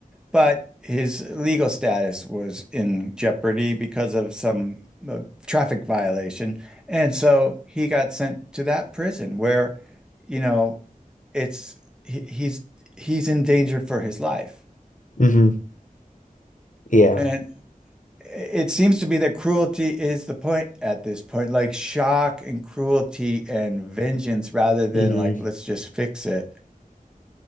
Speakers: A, in the centre; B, on the left.
A: But his legal status was in jeopardy because of some uh, traffic violation. And so he got sent to that prison where, you know, it's he, he's he's in danger for his life.
B: hmm Yeah.
A: And it seems to be that cruelty is the point at this point, like shock and cruelty and vengeance rather than
B: hmm
A: like let's just fix it.